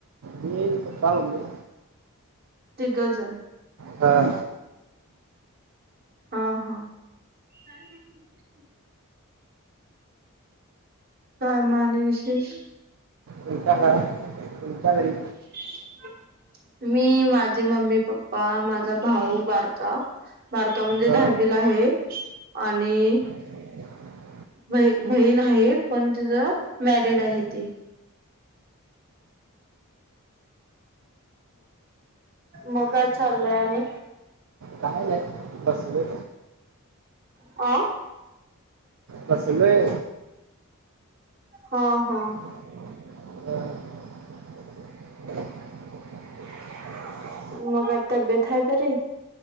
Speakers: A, on the right (about 65°); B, on the right (about 45°).
A: मी पपा मम्मी
B: तिघजनं?
A: हा
B: हा हा काय म्हण का माणे विशेष
A: तुलचा का तुलचा घरी
B: <inaudible> मी माझे मम्मी पप्पा माझा भाऊ बारका बारका म्हणजे
A: हां
B: दहावीला आहे आणि
A: हा
B: बहीण आहे पण तुझ मॅरिड आहे ती मग काय चाललय आणि
A: काय नाही बसलोय
B: आ
A: बसलोय
B: हा हा
A: हम
B: मग काय तब्बेत हाय बरी